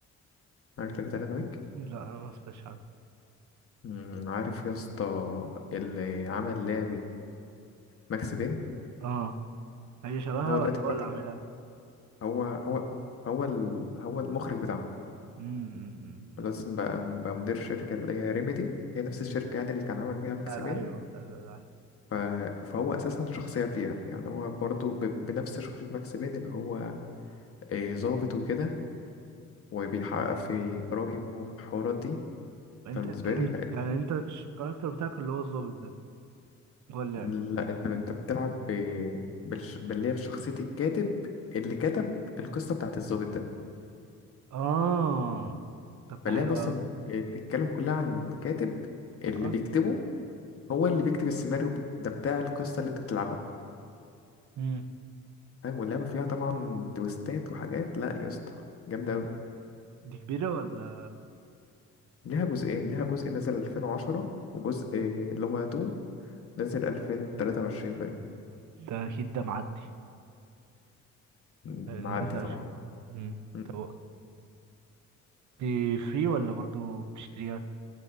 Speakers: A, on the left; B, on the right.
A: عارف لعبة الان ويك
B: لا أنا ما سمعتش
A: مم، عارف يا اسطى اللي عمل لعبة ماكس بين
B: اه هي شبهها
A: هو دلوقتي
B: ولا هو
A: فتح
B: اللي عاملها
A: هو هو هو ال... هو المخرج بتاعها
B: امم أمم.
A: خلاص بقى بقى مدير شركة اللي هي ريميدي هي نفس الشركة يعني اللي كان عمل بيها ماكس
B: بتاع
A: بين
B: ايوه بتاع الالعاب
A: ف... فهو أساسا شخصية فيها يعني هو برضو ب... بنفس شخصية ماكس بين اللي هو إيه، ظابط وكده وبيحقق
B: اه
A: في جرايم والحوارات دي
B: انت
A: فبالنسبة
B: انت انت
A: لي لا,
B: يعني انت الش- الكاركتر بتاعك اللي هو الظابط ده هو اللعبة
A: لا أنت أنت بتلعب ب... بالش... باللي هي في شخصية الكاتب اللي كتب القصة بتاعت الظابط ده
B: اه طب ده
A: فاللي
B: حلو
A: هي أصلا
B: قوي
A: بتتكلم كلها عن كاتب اللي
B: اه
A: بيكتبه هو اللي بيكتب السيناريو ده بتاع القصة اللي أنت بتلعبها
B: امم
A: فاهم واللعبة فيها طبعا تويستات وحاجات لا يا اسطى جامدة أوي
B: دي كبيرة ولا
A: ليها جزئين ليها جزء نزل 2010 وجزء آه، اللي هو 2 نزل 2023 باين
B: ده اكيد ده معدي
A: م-
B: نزل
A: معدي طبعا
B: في- امم
A: م.
B: طب و- دي فري ولا برضو بتشتريها